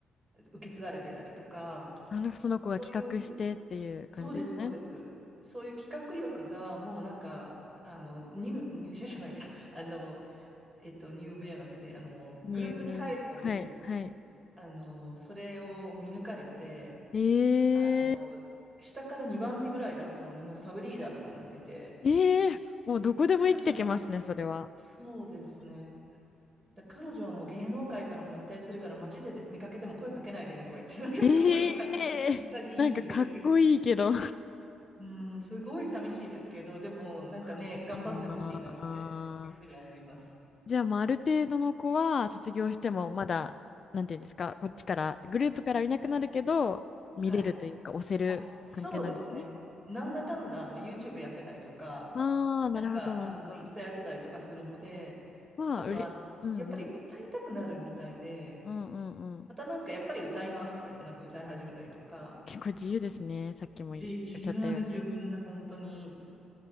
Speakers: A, on the right (about 20°); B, on the left (about 35°).
A: 受け継がれてたりとか、
B: なるほど、その子が企画してっていう感じですね。
A: そういう、そうです、そうです。そういう企画力がもうなんか、あの、入、入社じゃないや、<laughs> あの、えっと、入部じゃなくて、あの、グループに入るなり、
B: ニュー。はい、はい。
A: あの、それを見抜かれて、
B: ええ
A: あの、下から2番目ぐらいだったのに、もうサブリーダーとかになってて、
B: ええもうどこでも生きてけますね、
A: 彼女は、
B: それは。
A: そうですね。だから彼女はもう芸能界からも引退するから街で見かけても声かけないでねとか言って、なんかすごい潔い、
B: ええなんかかっこいいけど。
A: 潔いんですよ。うん、すごい寂しいですけど、でもなんかね、
B: <laughs>
A: 頑張ってほしいなっていうふうに思います。
B: あーじゃあ、まあ、ある程度の子は卒業してもまだ、
A: はい
B: なんていうんですか、こっちから、グループからいなくなるけど、見れるというか、
A: はい。
B: 押せる関係なんですね。
A: あ、そうですね。なんだかんだあの YouTube やってたりとか、
B: ああ、
A: なんかあのインスタやってたりとかするので、
B: なるほど、なるほど。まあ、
A: あとはやっぱり歌いたくなるみたいで、
B: うれ、うんうん、うんうんうん。
A: またなんかやっぱり歌いますとか言ってなんか歌い始めたりとか、
B: 結構自由ですね。さっきも言っちゃったよね。
A: じ、自由なんですよ、みんな本当に。